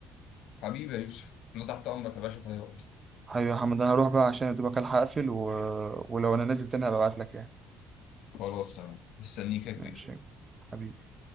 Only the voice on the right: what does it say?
حبيبي يا محمد انا هروح بقى عشان ادوبك الحق اقفل و... ولو انا نازل تاني هبقى ابعت لك يعني
ماشي يا حبيبي